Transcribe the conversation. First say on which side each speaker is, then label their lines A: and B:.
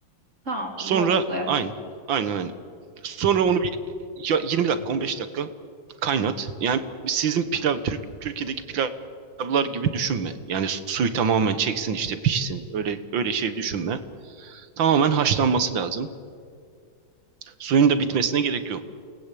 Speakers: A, on the right; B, on the right.
A: Tamamdır.
B: Sonra
A: Bol suda yapacağım.
B: aynı. Aynen aynen. Sonra onu bir ya- 20 dakika 15 dakika kaynat. Yani sizin pilav Türk Türkiye'deki pilavlar gibi düşünme. Yani suyu tamamen çeksin işte pişsin. Öyle öyle şey düşünme. Tamamen haşlanması lazım. Suyun da bitmesine gerek yok.